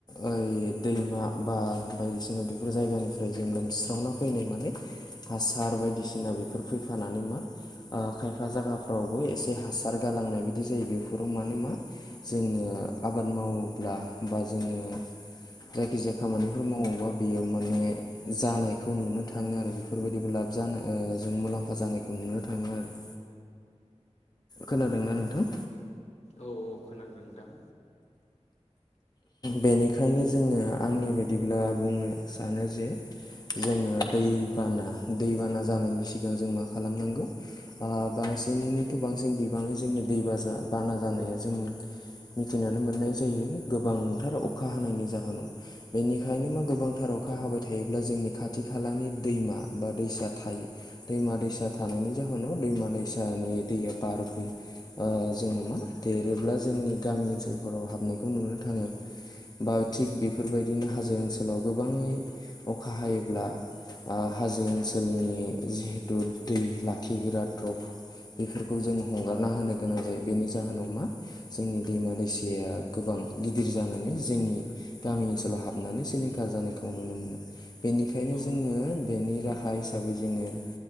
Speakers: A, on the left (about 35°); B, on the left (about 65°).
A: ओइ दैमा बा बायदिसिना बेफोर जायगानिफ्राय जों लोमस्रावना फैनाय माने हासार बायदिसिना बेफोर फैफानानै मा ओ‌ खायफा जागाफ्रावबो एसे हासार गालांनाय बायदि जायो बेफोराव माने मा जोङो आबाद मावोब्ला बा जोङो जायखिजाया खामानिफोर मावोबा बेयाव माने जानायखौ नुनो थाङो आरो बेफ बेफोरबायदिबो लाब ओ जानाय जों मुलाम्फा जानायखौ नुनो थाङो आरो खोनादोंना नोंथां?
B: औ औ खोनादों नोंथां।
A: बेनिखायनो जोङो आंनि बायदिब्ला बुंनो सानो जे जोङो दैबाना दैबाना जानायनि सिगां जों मा खालामनांगौ ओ बांसिनै बांसिन बिबाङै जोंनि दै बा बाना जानाया जों मिथिनानै मोननाय जायो। गोबांथार अखा हानायनि जाहोनाव बेनिखायनो मा गोबांथार अखा
B: औ
A: हाबाय थायोब्ला जोंनि खाथि खालानि दैमा बा दैसा थायो। दैमा दैसा थानायनि जाहोनाव दैमा दैसानि दैया बारबो। ओ जोंना मा देरोब्ला जोंनि गामि ओनसोलफोराव हाबनाय। थाङो बा थिग बेफोरबायदिनो हाजो ओनसोलाव गोबाङै अखा हायोब्ला ओ हाजो ओनसोलनि जिहेथु दै लाखिग्रा द्रप बेफोरखौ जों हगारना होनो गोनां जायो बेनि जाहोनाव मा जोंनि दैमा दैसाया गोबां गिदिर जानानै जोंनि गामि ओनसोलाव हाबनानै सिलिंखार जानायखौ नुनो मोनो। बेनिखायनो
B: औ
A: जोङो बेनि राहा हिसाबै जोङो